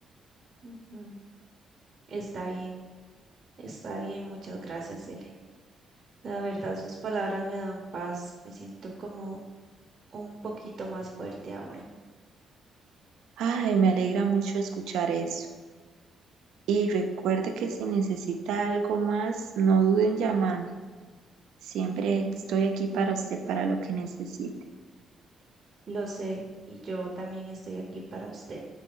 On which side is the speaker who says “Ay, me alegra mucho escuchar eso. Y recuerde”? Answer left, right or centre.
Right